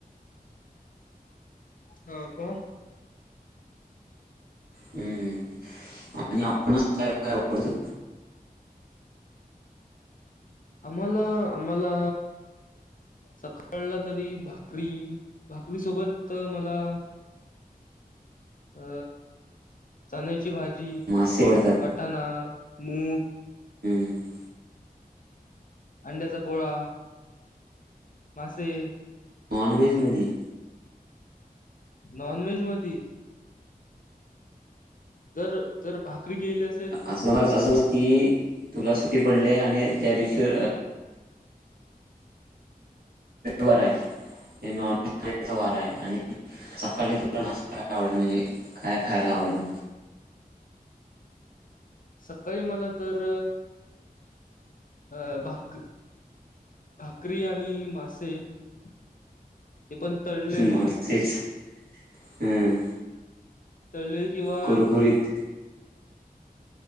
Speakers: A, on the left (about 60°); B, on the right (about 75°).
A: हा का.
B: हम्म आणि आपणच काय काय आवडतं?
A: आम्हाला आम्हाला सकाळला तरी भाकरी भाकरी सोबत मला अ चण्याची भा जी
B: मासे आवडतात.
A: वाटाणा मूग,
B: हम्म.
A: अंड्याचा पोळा, मासे
B: नॉन व्हेज मधी
A: नॉन व्हेज मध्ये जर जर भाकरी केल्या अं
B: अस असं की तुला सुटी पडली आणि त्या दिशी आहे नॉन वारा आहे आणि सकाळी तुला ना आवड म्हणजे काय? खायला आवडेल.
A: सकाळी मला तर अ भाकरी भाकरी आणि मासे ती पण तळलेले.
B: मासेच. हम्म.
A: तळलेल किंवा
B: कुरकुरीत